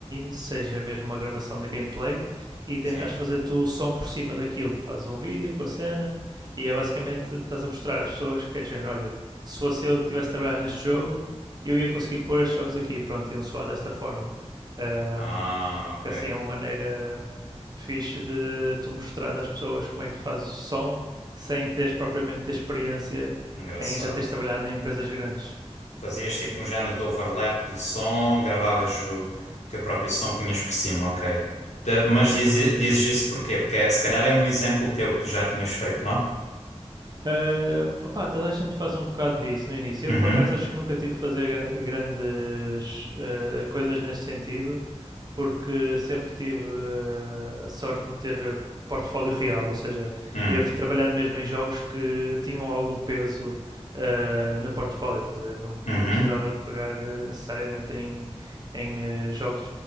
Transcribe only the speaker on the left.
sim.
Ah,
ok.
Engraçado.
Fazias tipo um género de overlap do som, gravavas o teu próprio som, punhas por cima, ok. Da- mas
dizi- dizes isso porquê? Porque é- se calhar é um exemplo teu que tu já tinhas feito, não?
Uhum,
hum,
uhum,